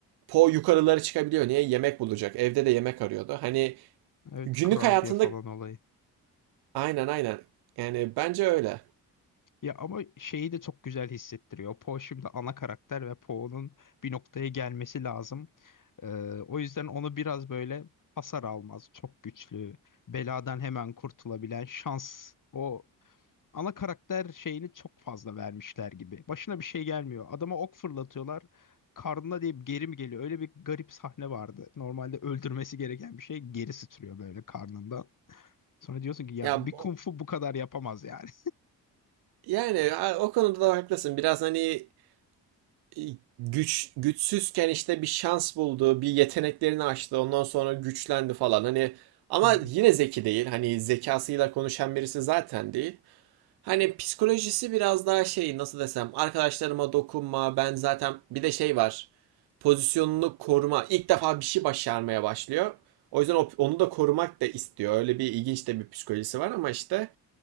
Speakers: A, on the right (about 50°); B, on the left (about 40°).
A: Po yukarılara çıkabiliyor. Niye? Yemek bulacak. Evde de yemek arıyordu. Hani
B: Evet
A: günlük
B: kurabiye
A: hayatında
B: falan olayı.
A: aynen aynen. Yani bence öyle.
B: Ya ama şeyi de çok güzel hissettiriyor. Po şimdi ana karakter ve Po'nun bir noktaya gelmesi lazım. Ee, o yüzden onu biraz böyle hasar almaz. Çok güçlü. Beladan hemen kurtulabilen şans. O ana karakter şeyini çok fazla vermişler gibi. Başına bir şey gelmiyor. Adama ok fırlatıyorlar. Karnına deyip geri mi geliyor? Öyle bir garip sahne vardı. Normalde öldürmesi gereken bir şey geri sıçrıyor böyle karnından. Sonra diyorsun ki ya
A: Ya
B: bir kung fu bu kadar yapamaz yani.
A: yani o konuda da haklısın. Biraz hani e, güç güçsüzken işte bir şans buldu, bir yeteneklerini açtı, ondan sonra güçlendi falan. Hani
B: <laughs>
A: ama
B: Evet.
A: yine zeki değil. Hani zekasıyla konuşan birisi zaten değil. Hani psikolojisi biraz daha şey nasıl desem arkadaşlarıma dokunma ben zaten bir de şey var pozisyonunu koruma İlk defa bir şey başarmaya başlıyor. O yüzden o- onu da korumak da istiyor. Öyle bir ilginç de bir psikolojisi var ama işte